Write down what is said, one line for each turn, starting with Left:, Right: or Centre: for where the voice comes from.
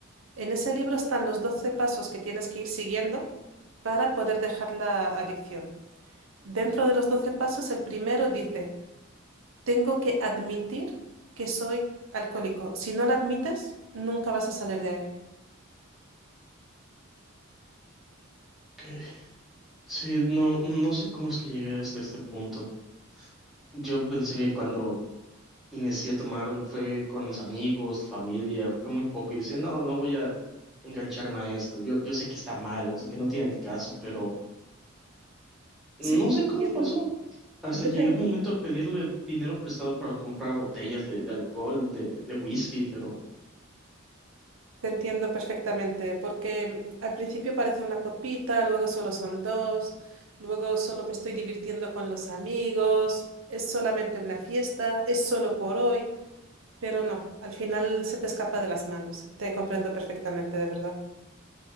Right: En ese libro están los 12 pasos que tienes que ir siguiendo para poder dejar la adicción. Dentro de los 12 pasos, el primero dice, tengo que admitir que soy alcohólico. Si no lo admites, nunca vas a salir de ahí.
Centre: Ok. Sí, no, no sé cómo es que llegué hasta este punto. Yo pensé que cuando inicié a tomar fue con los amigos, familia, fue muy poco. Y decía, no, no voy a engancharme a esto. Yo, yo sé que está mal, sé que no tiene el caso, pero
Right: Sí,
Centre: no
Right: yo
Centre: sé
Right: te entiendo.
Centre: cómo pasó. Hasta
Right: Yo
Centre: llegué
Right: te
Centre: un momento a pedirle dinero prestado para comprar botellas de, de alcohol, de, de whisky, pero
Right: Te entiendo perfectamente, porque al principio parece una copita, luego solo son dos, luego solo me estoy divirtiendo con los amigos, es solamente una fiesta, es solo por hoy, pero no, al final se te escapa de las manos. Te comprendo perfectamente, de verdad.